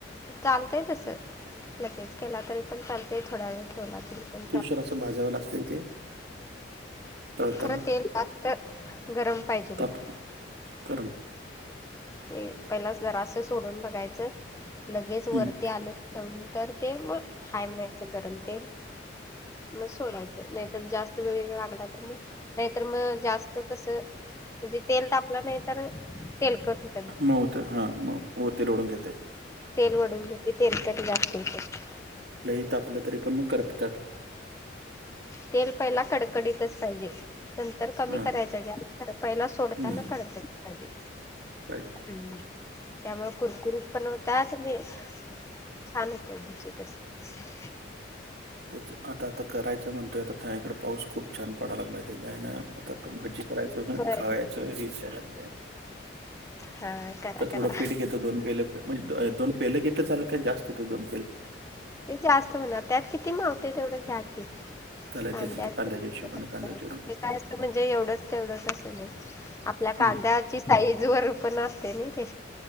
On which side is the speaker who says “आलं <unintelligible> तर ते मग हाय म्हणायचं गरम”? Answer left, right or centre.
Left